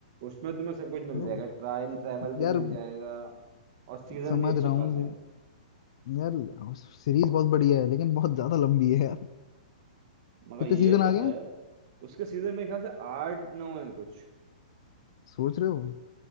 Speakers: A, on the right; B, on the left.
A: उसमें तुम्हें सब कुछ मिल
B: तो
A: जाएगा टाइम ट्रैवल भी
B: यार
A: मिल जाएगा और सीजन
B: समझ
A: भी अच्छे
B: रहा
A: खासे
B: हूँ वो
A: हैं
B: यार सीरीज बहुत बढ़िया है लेकिन बहुत ज्यादा लंबी है यार
A: मगर
B: कितने
A: ये
B: सीजन आ
A: तो
B: गए
A: है उसके सीजन मेरे ख्याल से आठ नौ है कुछ
B: सोच रहे हो